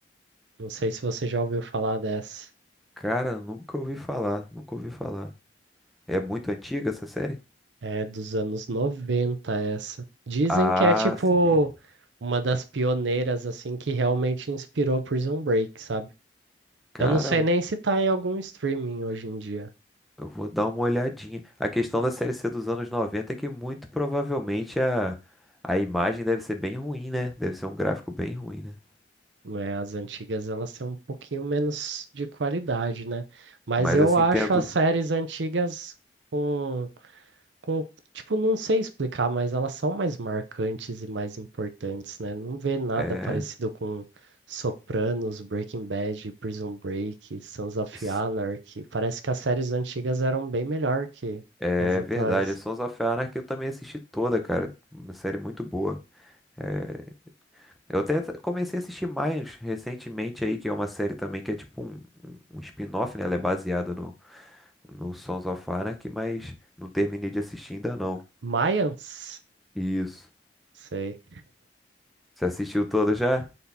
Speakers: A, on the right; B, in the centre.
A: Não sei se você já ouviu falar dessa.
B: Cara, nunca ouvi falar, nunca ouvi falar. É muito antiga essa série?
A: É dos anos 90 essa. Dizem
B: Ah,
A: que é tipo
B: sim. bem.
A: uma das pioneiras assim que realmente inspirou Prison Break, sabe?
B: Cara,
A: Eu não sei
B: vou
A: nem se tá em algum streaming hoje em dia.
B: Eu vou dar uma olhadinha. A questão da Série C dos anos 90 é que muito provavelmente a, a imagem deve ser bem ruim, né? Deve ser um gráfico bem ruim, né?
A: né? As antigas elas têm um pouquinho menos de qualidade, né? Mas
B: Mas
A: eu
B: assim,
A: acho
B: tendo.
A: as séries antigas com, com, tipo, não sei explicar, mas elas são mais marcantes e mais importantes, né? Não vê nada
B: É,
A: parecido com Sopranos, Breaking Bad, Prison Break, Sons of
B: s-
A: Anarchy. Parece que as séries antigas eram bem melhor que,
B: é
A: que as atuais.
B: verdade. A Sons of Anarchy eu também assisti toda, cara. Uma série muito boa. É, eu até t- comecei a assistir mais recentemente aí, que é uma série também que é tipo um, um um spin-off, né? Ela é baseada no, no Sons of Anarchy, mas não terminei de assistir ainda não.
A: Mayans?
B: Isso.
A: Sei.
B: Você assistiu toda já?